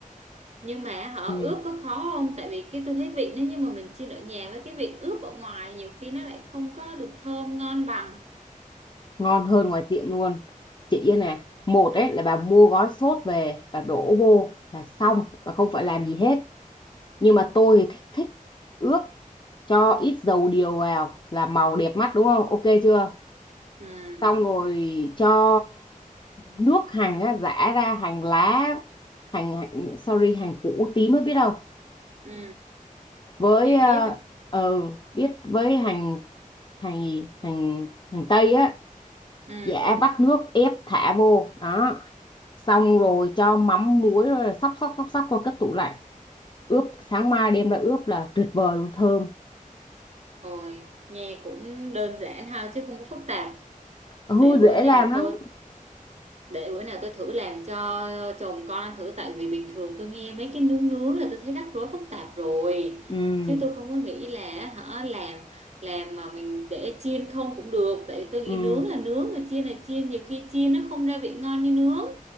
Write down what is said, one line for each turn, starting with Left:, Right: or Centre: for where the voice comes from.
Right: Nhưng mà họ
Left: ừ.
Right: ướp có khó không? Tại vì cái tôi thấy vị nó nhưng mà mình chiên ở nhà với cái vị ướp ở ngoài nhiều khi nó lại không có được thơm ngon bằng.
Left: ngon hơn ngoài tiệm luôn chị Yên này một ấy là bà mua gói sốt về bà đổ vô là xong và không phải làm gì hết nhưng mà tôi thì thích thích ướp cho ít dầu điều vào là màu đẹp mắt đúng không ok chưa
Right: Ừ.
Left: xong rồi cho nước hành á, giã ra hành lá hành, hành sorry hành củ tím mới biết đâu
Right: Ừ.
Left: với
Right: Ok
Left: ờ
Right: biết ạ.
Left: ờ, biết với hành hành gì? hành hành tây á
Right: Ừ.
Left: giã vắt nước ép thả vô đó xong rồi cho mắm muối rồi là xóc xóc xóc xóc qua cất tủ lạnh ướp sáng mai đem ra ướp là tuyệt vời luôn thơm
Right: Ôi, nghe cũng đơn giản ha chứ không có phức tạp.
Left: ừ,
Right: Để bữa
Left: dễ
Right: nào
Left: làm lắm
Right: tôi để bữa nào tôi thử làm cho chồng con ăn thử tại vì bình thường tôi nghe mấy cái nướng nướng là tôi thấy rắc rối phức tạp rồi
Left: ừ
Right: chứ tôi không có nghĩ là hả làm làm mà mình để chiên không cũng được tại vì tôi nghĩ
Left: ừ
Right: nướng là nướng mà chiên là chiên nhiều khi chiên nó không ra vị ngon như nướng